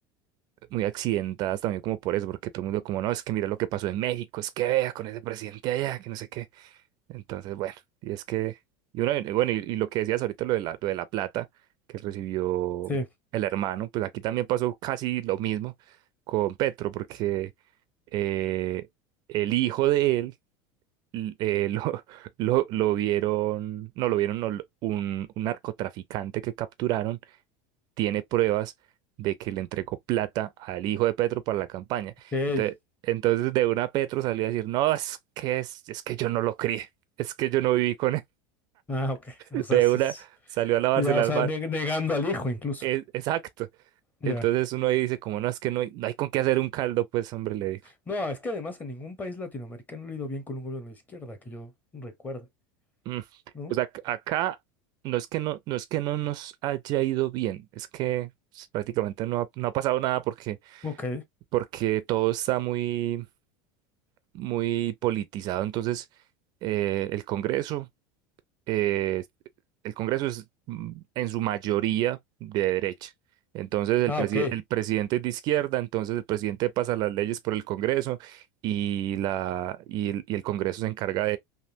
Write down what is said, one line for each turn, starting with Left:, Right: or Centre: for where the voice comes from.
Right: muy accidentadas también como por eso, porque todo el mundo como, no, es que mira lo que pasó en México, es que vea con ese presidente allá, que no sé qué. Entonces, bueno, y es que, y uno- y bueno, y, y lo que decías ahorita, lo de la, lo de la plata que recibió
Left: Sí,
Right: el hermano, pues aquí también pasó casi lo mismo con Petro, porque... eh, el hijo de él l- eh, lo, <laughs> lo, lo vieron, no lo vieron, no, lo- un, un narcotraficante que capturaron tiene pruebas de que le entregó plata al hijo de Petro para la campaña.
Left: ok.
Right: Entonces, entonces de una Petro salió a decir, no, es que, es, es que yo no lo crié, es que yo no viví con él.
Left: Ah, ok.
Right: <laughs>
Left: O sea,
Right: De
Left: sí
Right: una
Left: es-
Right: salió a lavarse
Left: ya,
Right: las
Left: o sea,
Right: manos.
Left: neg- negando al hijo incluso.
Right: Es- exacto.
Left: ya
Right: Entonces uno ahí dice, como no, es que no hay, no hay con qué hacer un caldo, pues hombre, le
Left: No, es que además en ningún país latinoamericano le ha ido bien con un gobierno de izquierda, que yo recuerde,
Right: Mm,
Left: ¿no?
Right: Pues ac- acá no es que no, no es que no nos haya ido bien, es que pues, prácticamente no ha, no ha pasado nada porque,
Left: Ok.
Right: porque todo está muy, muy politizado. Entonces, eh, el Congreso, eh, el Congreso es mm, en su mayoría de derecha. Entonces el,
Left: Ah,
Right: presi-
Left: ok.
Right: el presidente es de izquierda, entonces el presidente pasa las leyes por el Congreso y, la, y el y el Congreso se encarga